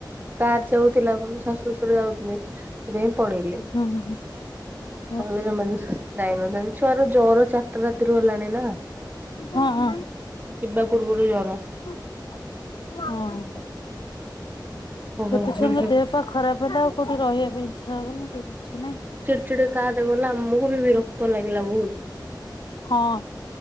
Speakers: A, on the right; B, on the left.
A: କାର ଯାଉଥିଲା ମୋ ଶାଶୁ ଶଶୁର ଯାଉଥିଲେ ସେଥିପାଇଁ ପଳେଇଲି।
B: <inaudible>
A: <unintelligible> ଛୁଆର ଜର ଚାରିଟା ରାତିରୁ ହେଲାଣି ନା।
B: ହଁ ହଁ।
A: ଯିବା ପୂର୍ବରୁ ଜର।
B: ହୁଁ।
A: ଓହୋ
B: ଛୋଟ
A: ହୁଁ
B: ଛୁଆଙ୍କ
A: ହୁଁ।
B: ଦେହ ଖରାପ ହେଲେ ଆଉ କୋଉଠି ରହିବା ପାଇଁ ଇଚ୍ଛା ହବନି କି କିଛି ନାଇଁ।
A: କାର୍ ରେ ଗଲା ଆମକୁ ବି ରକ୍ତ ଲାଗିଲା ବହୁତ।
B: ହଁ।